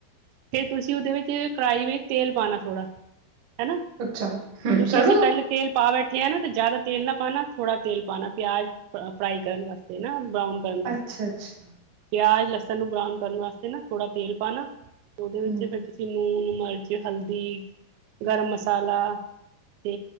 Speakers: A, on the right (about 85°); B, on the right (about 45°).
A: ਫਿਰ ਤੁਸੀਂ ਉਹਦੇ ਵਿੱਚ ਕੜਾਹੀ ਵਿੱਚ ਤੇਲ ਪਾਉਣਾ ਥੋੜ੍ਹਾ। ਹਨਾ,
B: ਅੱਛਾ ਹੂੰ
A: ਕਿਉਂਕਿ
B: ਸਰੋਂ
A: ਅਸੀਂ ਪਹਿਲੇ
B: ਦਾ
A: ਤੇਲ ਪਾ ਬੈਠੇ ਆ ਨਾ ਤੇ ਜ਼ਿਆਦਾ ਤੇਲ ਨਾ ਪਾਣਾ ਥੋੜਾ ਤੇਲ ਪਾਣਾ ਪਿਆਜ਼ ਫਰਾਈ ਕਰਨ ਵਾਸਤੇ ਨਾ ਬਰਾਊਨ ਕਰਨ ਵਾਸਤੇ।
B: ਅੱਛਾ, ਅੱਛਾ
A: ਪਿਆਜ ਲਸਣ ਨੂੰ ਬਰਾਊਨ ਕਰਨ ਵਾਸਤੇ ਨਾ ਥੋੜਾ ਤੇਲ ਪਾਣਾ ਉਹਦੇ ਵਿੱਚ
B: ਹੂੰ,
A: ਫਿਰ ਤੁਸੀਂ ਨੂਨ ਮਿਰਚ ਹਲਦੀ ਗਰਮ ਮਸਾਲਾ ਤੇ